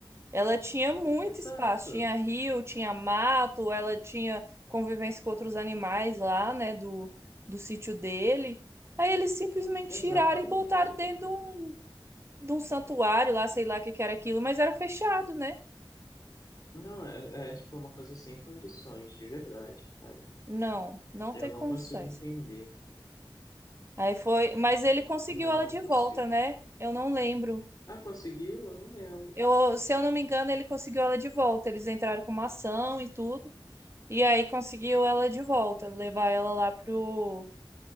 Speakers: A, on the right (about 30°); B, on the left (about 40°).
A: Ela tinha muito
B: exato,
A: espaço, tinha rio, tinha mato, ela tinha convivência com outros animais lá, né, do, do sítio dele. Aí eles simplesmente
B: exatamente.
A: tiraram e botaram dentro de um, de um santuário lá, sei lá o que que era aquilo, mas era fechado, né?
B: Não, é, é tipo uma coisa sem condições, de verdade, cara.
A: Não, não
B: Eu
A: tem condições.
B: não consigo entender.
A: Aí foi, mas ele conseguiu
B: De verdade,
A: ela
B: eu não
A: de
B: consigo.
A: volta, né? Eu não lembro.
B: Ah, conseguiu? Eu não lembro.
A: Eu, se eu não me engano, ele conseguiu ela de volta. Eles entraram com uma ação e tudo. E aí conseguiu ela de volta, levar ela lá pro